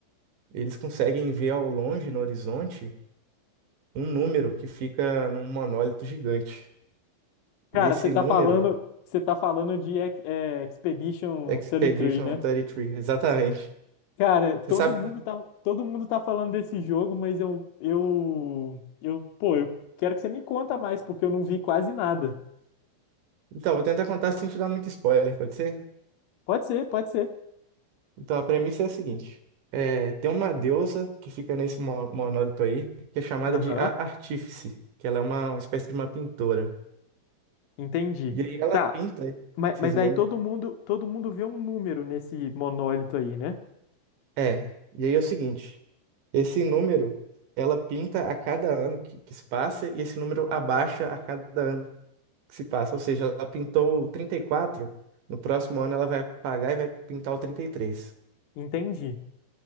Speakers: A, on the right (about 60°); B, on the left (about 80°).
A: eles conseguem ver ao longe, no horizonte, um número que fica num monólito gigante.
B: Cara,
A: E esse
B: você tá
A: número,
B: falando, você tá falando de Ex- é, Expedition
A: Expedition
B: 33, né?
A: 33, exatamente.
B: Cara, todo
A: Você sabe?
B: mundo tá, todo mundo tá falando desse jogo, mas eu, eu, eu, pô, eu quero que você me conta mais, porque eu não vi quase nada.
A: Então, vou tentar contar sem te dar muito spoiler, pode ser?
B: Pode ser, pode ser.
A: Então, a premissa é a seguinte. É, tem uma deusa que fica nesse mo- monólito aí, que é chamada
B: Aham,
A: de A Artífice, que ela é uma uma espécie de uma pintora.
B: entendi.
A: E aí ela
B: Tá,
A: pinta
B: mas,
A: esses
B: mas
A: números.
B: aí todo mundo, todo mundo vê um número nesse monólito aí, né?
A: É, e aí é o seguinte, esse número, ela pinta a cada ano que, que se passa e esse número abaixa a cada ano que se passa. Ou seja, ela pintou o 34, no próximo ano ela vai apagar e vai pintar o 33. E três.
B: Entendi,